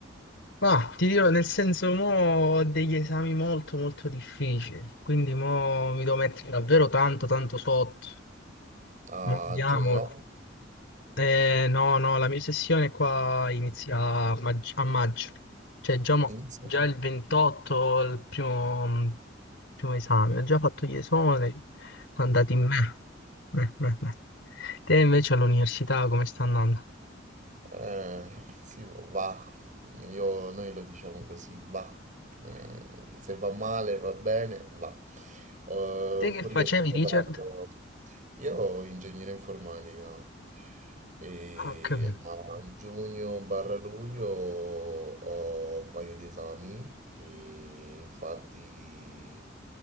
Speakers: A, on the left; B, on the right.
A: ma ti dirò, nel senso, mo ho degli esami molto molto difficili, quindi mo mi devo mettere davvero tanto tanto sotto.
B: A
A: Ma vediamo.
B: giugno?
A: Eh, no, no, la mia sessione qua inizia a maggio, a maggio. Cioè già, mo-
B: Inizia?
A: già il 28, il primo, primo esame, ho già fatto gli esami, sono andati in me. Eh, eh, eh. Te invece all'università come sta andando?
B: Eh, sì, va. Io- noi lo diciamo così, va. Eh, se va male, va bene, va. Eh,
A: Te che
B: pure
A: facevi,
B: io sto preparando.
A: Richard?
B: Io ho ingegneria informatica e
A: Ah, ho capito.
B: a giugno barra luglio ho un paio di esami e infatti